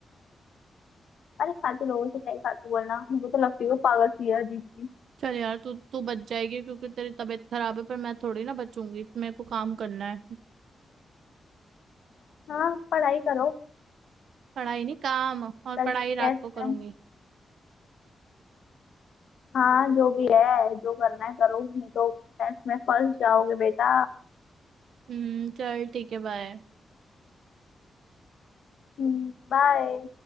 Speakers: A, on the left; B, on the right.
A: अरे फालतू लोगों से क्या ही फालतू बोलना मुझे तो लगती है वो पागल सी है अजीब सी
B: चल यार तू तू बच जाएगी क्योंकि तेरी तबीयत खराब है पर मैं थोड़ी ना बचूंगी मेरे को काम करना है
A: हाँ पढ़ाई करो
B: पढ़ाई नहीं काम और
A: कल
B: पढ़ाई रात
A: टेस्ट
B: को करूंगी
A: है हाँ जो भी है जो करना है करो नहीं तो टेस्ट में फंस जाओगे बेटा
B: हम्म चल ठीक है बाय
A: बाय